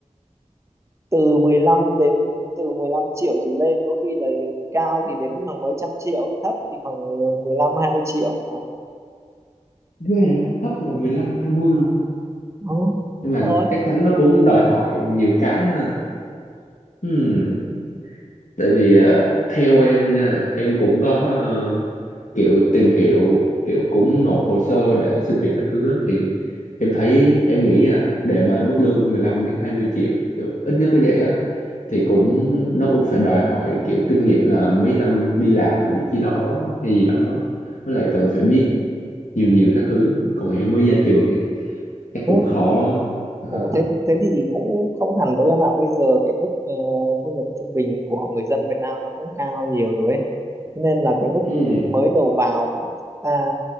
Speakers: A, on the right; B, on the left.
A: từ 15 đến từ 15 triệu trở lên có khi là cao thì đến khoảng mấy trăm triệu thấp thì khoảng 15 20 triệu mà
B: ghê á, thấp là mười lăm hai mươi luôn á.
A: Đó,
B: Nhưng
A: đúng
B: mà
A: rồi
B: chắc chắn nó cũng đòi hỏi nhiều cái ha. Ừm, Tại vì ờ, theo em nha, em cũng có ờ, kiểu tìm hiểu, kiểu cũng nộp hồ sơ để xin việc các thứ á, thì em thấy em nghĩ nha, để mà mức lương 15 đến 20 triệu kiểu ít nhất là vậy á thì cũng nó cũng phải đòi hỏi kiểu kinh nghiệm là mấy năm đi làm ở vị trí đó hay gì đó. Với lại cần phải biết nhiều nhiều các thứ, còn em mới ra trường thì chắc
A: Ừ,
B: cũng khó. Ừ.
A: Cũng thế thế thì cũng không hẳn đâu em ạ. Bây giờ cái mức ờ, thu nhập trung bình của người dân Việt Nam nó cũng cao nhiều rồi ấy. Thế nên là cái mức
B: Ừ.
A: mới đầu vào của chúng ta